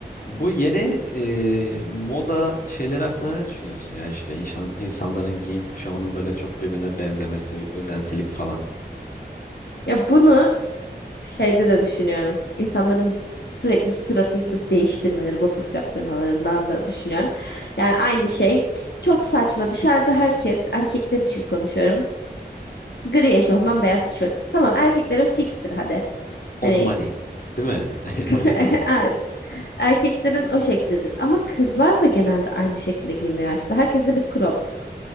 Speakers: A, on the left (about 55°); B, on the left (about 80°).
A: Bu yeni e, moda şeyleri hakkında ne düşünüyorsun? Yani işte insan, insanların giyim kuşamının böyle çok birbirine benzemesi, bir özentilik falan.
B: Ya bunu şeyde de düşünüyorum. İnsanların sürekli suratını değiştirmeleri, botoks yaptırmalarından da düşünüyorum. Yani aynı şey. Çok saçma. Dışarıda herkes, erkekler için konuşuyorum. Gri eşofman, beyaz tişört. Tamam, erkeklerin fikstir hadi.
A: Old
B: Hani
A: money, değil mi? <laughs>
B: <laughs>
A: Öyle diyorlar.
B: evet, erkeklerin o şekildedir. Ama kızlar da genelde aynı şekilde giyiniyor işte. Herkes de bir crop.